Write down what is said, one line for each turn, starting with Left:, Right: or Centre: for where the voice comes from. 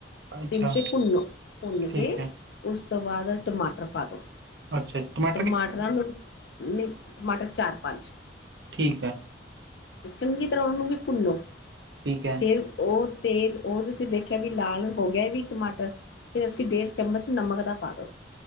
Left: ਸਿਮ
Right: ਅੱਛਾ।
Left: ਤੇ ਭੁੰਨੋ ਭੁੰਨ
Right: ਠੀਕ
Left: ਕੇ
Right: ਹੈ,
Left: ਉਸ ਤੋਂ ਬਾਦ ਟਮਾਟਰ ਪਾ ਦੋ।
Right: ਅੱਛਾ ਜੀ ਟਮਾ
Left: ਟਮਾਟਰਾਂ ਨੂੰ ਨਈ ਟਮਾਟਰ ਚਾਰ ਪੰਜ
Right: ਠੀਕ ਹੈ।
Left: ਚੰਗੀ ਤਰ੍ਹਾਂ ਉਹਨੂੰ ਵੀ ਭੁੰਨੋ।
Right: ਠੀਕ ਹੈ।
Left: ਫਿਰ ਓ ਤੇਲ ਉਹਦੇ 'ਚ ਦੇਖਿਆ ਵੀ ਲਾਲ ਹੋ ਗਿਆ ਵੀ ਟਮਾਟਰ ਫਿਰ ਅਸੀਂ ਡੇਢ ਚਮਚ ਨਮਕ ਦਾ ਪਾ ਦੋ।